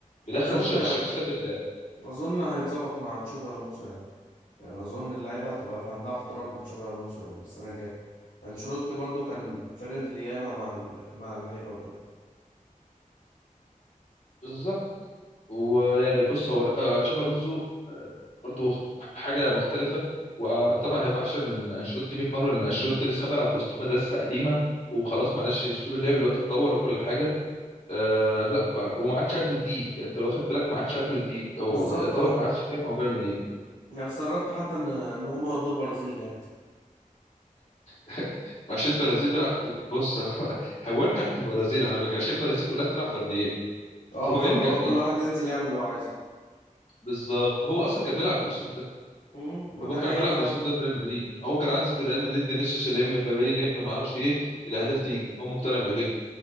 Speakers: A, on the left (about 55°); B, on the left (about 80°).
A: بيدخل
B: اظن
A: الش- الشخصيه في اللعب
B: اظن هيتظبط مع تشافي الونسو يعني يعني اظن اللعيبه هتبقى في عندها احترام لتشافي الونسو يعني من السنه الجايه انشيلوتي برضو كان فريندلي ياما مع ال... مع اللعيبه وكده
A: بالظبط ويعني بص هو آه، تشابي الونزو آه، برضو حاجه مختلفه وطبعا هيبقى احسن من انشيلوتي 100 مره لان انشيلوتي لسه بيلعب باسلوب مدرسه قديمه وخلاص معلش اسلوب اللعب دلوقتي اتطور وكل حاجه أه لا ما- وما عادش عنده جديد يعني انت لو واخد بالك ما عادش عنده جديد هو
B: بالظبط
A: يعتبر
B: اه
A: ما عادش فاهم هو بيعمل ايه
B: يعني استغربت حتى ان ان هما ودوا البرازيل يعني
A: <laughs> عشان البرازيل بيلعب بص <laughs> هو ينجح في البرازيل على فكره عشان البرازيل كلها بتلعب فرديات
B: اه
A: هو
B: فاللي
A: ينجح
B: هو
A: فيها
B: كل واحد ينزل يعمل اللي هو عايزه
A: بالظبط هو اصلا كان بيلعب بالاسلوب ده
B: مم، ما
A: هو
B: ده
A: كان
B: حقيقة
A: بيلعب
B: فعلا
A: بالاسلوب ده في ريال مدريد هو كان
B: مم.
A: عايز في ريال مدريد فينيسيوس يلم مبابي يلم ما اعرفش ايه الاهداف تيجي هو مقتنع بكده